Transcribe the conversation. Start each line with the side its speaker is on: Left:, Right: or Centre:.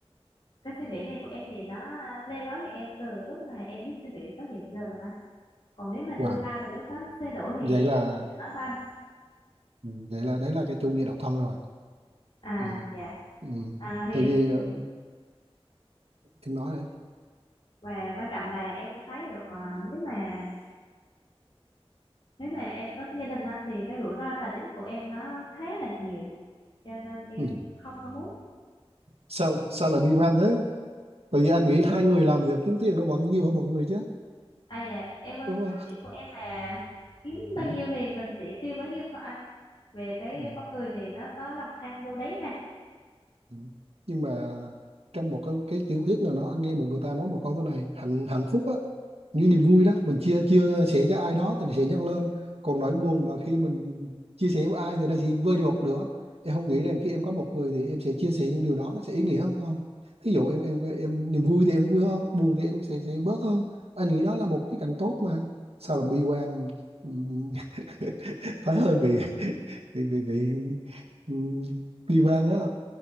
Left: cái suy nghĩ này của em thì nó à, le lói cho em từ lúc mà em biết suy nghĩ tới hiện giờ luôn anh còn nếu mà
Right: Wow.
Left: tương lai mà nếu có thay đổi thì
Right: Vậy
Left: em
Right: là
Left: sẽ nói với anh
Right: ừ, vậy là đấy là cái chủ nghĩa độc thân rồi.
Left: à
Right: ừ,
Left: dạ
Right: ừ.
Left: à, thì
Right: tại vì ờ, em nói này
Left: và quan trọng là em thấy được à, nếu mà nếu mà em có gia đình á, thì cái rủi ro tài chính của em nó khá là nhiều cho nên em
Right: ừ.
Left: không có muốn
Right: sao sao lại bi quan thế tại vì anh nghĩ hai người làm việc kiếm tiền nó vẫn nhiều hơn một người chứ
Left: à dạ em quan
Right: đúng
Left: theo
Right: không
Left: quan điểm của em là kiếm bao
Right: ừ.
Left: nhiêu thì mình sẽ tiêu bấy nhiêu thôi anh về cái
Right: Ừ.
Left: con người thì nó có lòng tham vô đáy
Right: Ừ. nhưng mà trong một cái cái tiểu thuyết nào đó anh nghe một người ta nói một câu thế này hạnh hạnh phúc á như niềm vui đó mình chia chia sẻ cho ai đó thì nó sẽ nhân lên còn nỗi buồn mà khi mình chia sẻ với ai thì nó sẽ vơi đi một nửa em không nghĩ rằng khi em có một người thì em sẽ chia sẻ những điều đó nó sẽ ý nghĩa hơn hay không ví dụ em em em niềm vui thì em vui hơn buồn thì em sẽ sẽ bớt hơn anh nghĩ đó là một cái cảnh tốt mà sao là bi quan Ừm, <laughs> thấy hơi bị bị bị bị ừm, bi quan đó